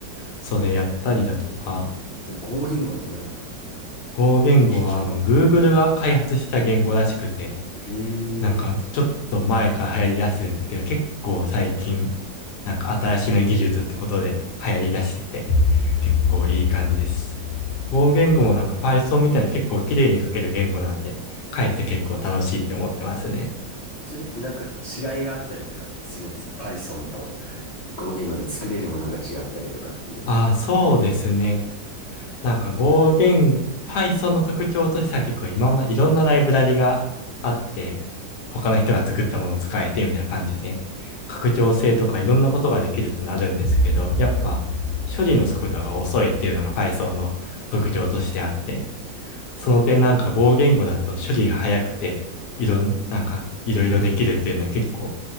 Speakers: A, on the left; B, on the left.
A: それやったりだとか、
B: それ合言語って何なんですか
A: 語言語はあの Google が開発した言語らしくて、
B: ええ
A: なんかちょっと前から流行り出してるんですけど、結構最近、なんか新しめ技術ってことで流行り出してて、結構いい感じです。語言語もなんか Python みたいに結構綺麗に書ける言語なんで、書いてて結構楽しいって思ってますね。
B: それってなんか違いがあったりとかってするんですか ?Python と合言語で作れるものが違ったりとかっていうのは。
A: ああ、そうですね。なんか語源、Python の特徴としては結構今ま、いろんなライブラリがあって、他の人が作ったものを使えてみたいな感じで、拡張性とかいろんなことができるってなるんですけど、やっぱ処理の速度が遅いっていうのが Python の特徴としてあって、その点なんか語言語だと処理が早くて、いろん、なんかいろいろできるっていうのは結構